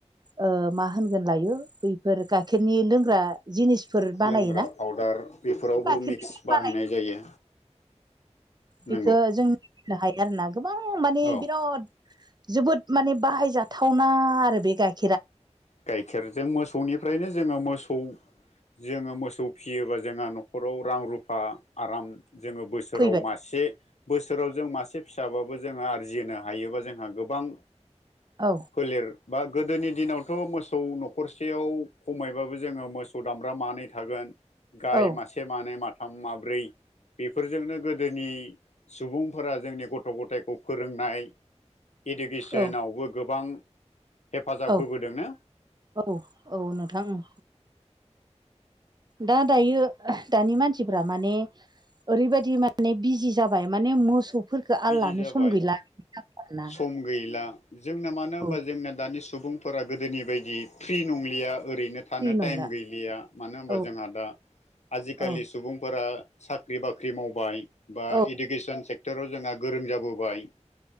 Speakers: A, on the right; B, on the left.
A: ओ मा होनगोन लायो बैफोर गाइखेरनि लोंग्रा। जिनिसफोर बानायोना?
B: लोंग्रा पाउदार बेफोरावबो
A: गाइखेरनिखो
B: मिक्स बाहायनाय
A: बानायो
B: जायो नंगौ
A: बेखौ जों बुंनो हायो आरो ना गोबां माने
B: औ
A: बिराद, जोबोद माने बाहायजाथावना आरो बे गाय
B: गाइखेरजों मोसौनिफ्रायनो, जोङो मोसौ जोङो मोसौ फियोबा जोंहा न'खराव रां रुफा आराम। जोङो बोसोराव
A: फैबाय
B: मासे बोसोराव जों मासे फिसाबाबो। जों आरजिनो हायोबा जोंहा गोबां
A: औ
B: फोलेर बा गोदोनि, दिनावथ' मोसौ न'खरसेयाव खमायबाबो जोङो मोसौ दामब्रा मानै थागोन। गाय
A: औ
B: मासे मानै माथाम माब्रै बेफोरजोंनो गोदोनि। सुबुंफोरा जोंनि गथ' गथायखौ फोरोंनाय, इडुकेसनावबो
A: औ
B: गोबां हेफाजाब,
A: औ
B: होबोदों ना
A: औ औ नोंथां ओं दान दायो दानि मानसिफ्रा माने ओरैबायदि माने बिजि जाबाय माने मोसौ, फोरखौ आल्लानो
B: बिजि जाबाय
A: सम गैला, आरोना
B: सम गैला जोंना मानो होनबा
A: औ
B: जोंना दानि सुबुंफोरा गोदोनि बायदि फ्रि नंलिया, ओरैनो थानो
A: फ्रि नंला
B: टाइम गैलिया मानो होनबा
A: औ
B: जोंहा दा आजिखालि
A: औ
B: सुबुंफोरा, साख्रि बाख्रि मावबाय बा
A: औ
B: इडुकेसन सेक्टराव जोंहा गोरों जाबोबाय,